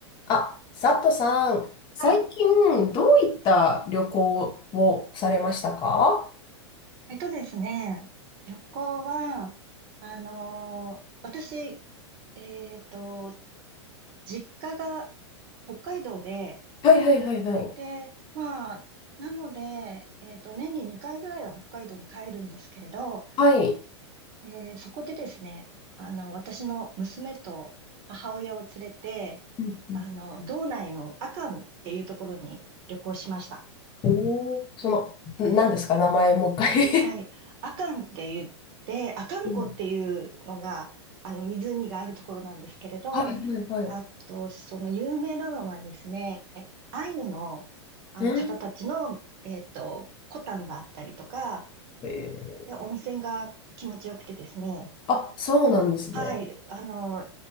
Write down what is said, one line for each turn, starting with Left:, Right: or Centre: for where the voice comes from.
Left: あ、佐藤さん、最近どういった旅行をされましたか
Right: はい。えっとですね、旅行は、あのー私、えっと、実家が北海道で、
Left: はいはいはいはい。
Right: で、まあ、なので、えっと、年に2回ぐらいは北海道に帰るんですけれど、
Left: はい。
Right: えーそこでですね、あの、私の娘と母親を連れて、
Left: うんうん
Right: あの、道内の阿寒っていうところに旅行しました。
Left: おーその、ん何ですか名前もう一回
Right: はい。アカンって言って、アカン湖っていうのが、
Left: <laughs> うん
Right: あの、湖があるところなんですけれど、
Left: はいはいはい。
Right: あと、その有名なのはですね、アイヌの、あの方たちの、
Left: うん。
Right: えっと、コタンがあったりとか、
Left: えー
Right: で、温泉が気持ちよくてですね、
Left: あ、そうなんですね。
Right: はい、あの、